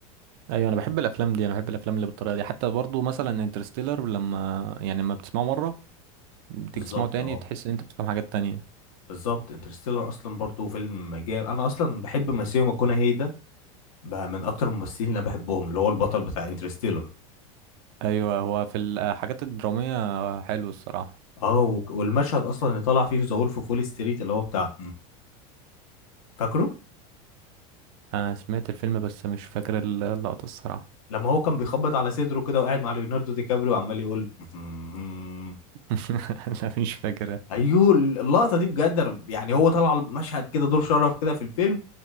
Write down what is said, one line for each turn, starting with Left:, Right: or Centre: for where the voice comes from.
Right: ايوه انا بحب الافلام دي انا بحب الافلام اللي بالطريقه دي حتى برضو مثلا انترستيلر لما يعني لما بتسمعه مره بتيجي
Left: بالظبط
Right: تسمعه تاني
Left: اه
Right: تحس ان انت بتفهم حاجات تانية
Left: بالظبط انترستيلر أصلا برضو فيلم جامد أنا أصلا بحب ماسيو ماكونهي ده بقى من أكتر الممثلين اللي أنا بحبهم اللي هو البطل بتاع انترستيلر
Right: ايوه هو في الحاجات الدراميه حلو الصراحه
Left: اه و- والمشهد أصلا اللي طلع فيه ذا وولف أوف وول ستريت اللي هو بتاع <laughs> فاكره؟
Right: انا سمعت الفيلم بس مش فاكر اللقطه الصراحه
Left: لما هو كان بيخبط على صدره كده وقاعد مع ليوناردو دي كابريو وعمال يقول <laughs> مم.
Right: <laughs> لا مش فاكر
Left: ايوه اللقطه دي بجد انا يعني هو طلع مشهد كده دور شرف كده في الفيلم